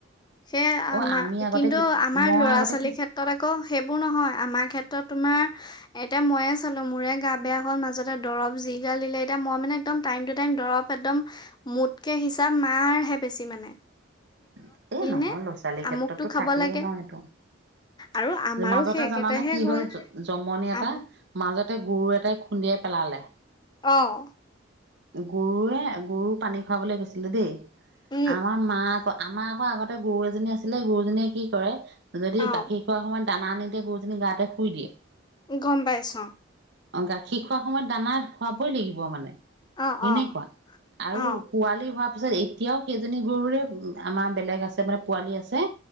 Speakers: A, on the left (about 20°); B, on the right (about 60°).
A: সে
B: অ
A: আমাৰ
B: আমি আগতে
A: কিন্তু
B: কি
A: আমাৰ
B: মই
A: ল'ৰা
B: আগতে
A: ছোৱালীৰ
B: কি
A: ক্ষেত্ৰত আকৌ সেইবোৰ নহয় আমাৰ ক্ষেত্ৰত তোমাৰ এতিয়া ময়ে চলো মোৰে গা বেয়া হ'ল মাজতে দৰৱ যি গাল দিলে এতিয়া মই মানে একদম টাইম টু টাইম দৰৱ একদম মোতকে হিচাপ মাৰ হে বেছি মানে
B: এ নহয়
A: নে
B: ল'ৰা ছোৱালীৰ ক্ষেত্ৰতো
A: আমুকটো খাব
B: থাকেই
A: লাগে
B: ন সেটো
A: আৰু আমাৰো
B: মাজতে
A: সেই একেটাহে
B: জানানে কি
A: হয়
B: হ'ল জমনি এটা
A: আম
B: মাজতে গুৰু এটাই খুন্দিয়াই পেলালে
A: আহ
B: গৰুৱে গৰু পানী খোৱাবলৈ গৈছিলে দেই
A: উম
B: আমাৰ মা আকৌ আমাৰ আকৌ আগতে গৰু এজনী আছি ছিলে গৰুজনীয়ে কি কৰে যদি
A: অ
B: গাখীৰ খোৱা সময়ত দানা নিদিয়ে গৰুজনী গাতে শুই দিয়ে
A: গম পাইছো অ
B: অ গাখীৰ খোৱাৰ সময়ত দানা খুৱাবোই লাগিব মানে
A: অ
B: এনেকুৱা
A: অ
B: আৰু
A: অ
B: পোৱালি হোৱা তাৰপিছত এতিয়াও সেইজনী গৰুৰে আমাৰ বেলেগ আছে মানে পোৱালি আছে